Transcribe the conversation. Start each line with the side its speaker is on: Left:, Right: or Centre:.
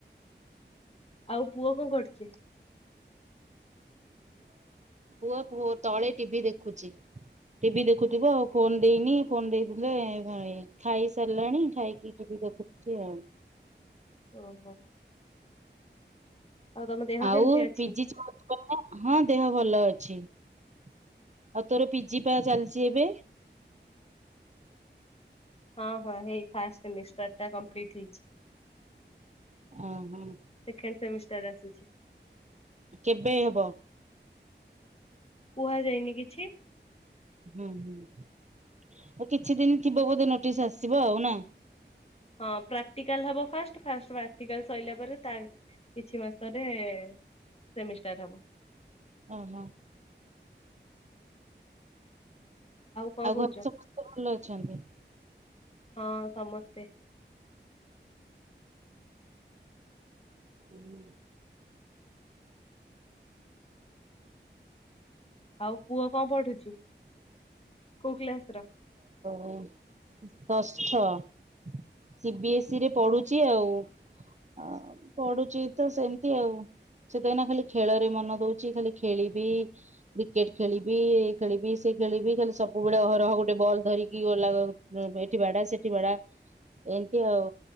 Left: ଆଉ ପୁଅ କଣ କରୁଚି?
Right: ପୁଅ ପୁଅ ତଳେ ଟିଭିି ଦେଖୁଚି। ଟିଭି ଦେଖୁଥିବ ଆଉ ଫୋନ୍ ଦେଇନି ଫୋନ୍ ଦେଇଥିଲେ ଖାଇ ଖାଇ ସାରିଲାଣି ଖାଇକି ଟିଭି ଦେଖୁ ଚି ଆଉ।
Left: ଓହୋ। ଆଉ ତମ ଦେହ
Right: ଆଉ
Left: କେମିତି ଅଛି?
Right: ପିଜିଜ୍ କ ଣ ହଁ ଦେହ ଭଲ ଅଛି ଆଉ ତୋର ପିଜି ପା ଚାଲିଚି ଏବେ?
Left: ହଁ ହଁ ହେଇ ଫାଷ୍ଟ ସେମିଷ୍ଟର ଟା କମ୍ପ୍ଲିଟ୍ ହେଇଚି।
Right: ଓ ହଁ।
Left: ସେକେଣ୍ଡ ସେମିଷ୍ଟାର ଆସୁଚି।
Right: କେବେ ହେବ?
Left: କୁହାଯାଇନି କିଛି।
Right: ହୁଁ ହୁଁ ଆଉ କିଛି ଦିନ ଥିବ ବୋଧେ ନୋଟିସ ଆସିବ ଆଉ ନା।
Left: ହଁ ପ୍ରାକ୍ଟିକାଲ ହବ ଫାଷ୍ଟ ଫାଷ୍ଟ ପ୍ରାକ୍ଟିକାଲ ସ‌ଇଲା ପରେ ତା କିଛି ମାସରେ ସେମିଷ୍ଟାର ହବ।
Right: ଓ ହୋ।
Left: କଣ
Right: ଆଉ
Left: କହୁଛ?
Right: ଘରେ ସମସ୍ତେ ଭଲ ଅଛନ୍ତି?
Left: ହଁ ସମସ୍ତେ‌।
Right: ହୁଁ।
Left: ଆଉ ପୁଅ କଣ ପଢୁଚି କୋଉ କ୍ଲାସ? ର?
Right: <unintelligible> ହଁ ସିବିଏସ୍ଇ ରେ ପଢୁଚି ଆଉ। ହଁ ପଢୁଚି ତ ସେମିତି ଆଉ। ସେ ତ ଏଇଁନା ଖାଲି ଖେଳ ରେ ମନ ଦୋଉଚି ଖାଲି ଖେଳିବି। କ୍ରିକେଟ ଖେଳିବି ଇଏ ଖେଳିବି ସେ ଖେଳିବି ଖାଲି ସବୁବେଳେ ଅହ ରହ ଗୋଟେ ବଲ ଧରିକି ଗଲା ଏଠି ବାଡା ସେଠି ବାଡା ଏମିତି ଆଉ।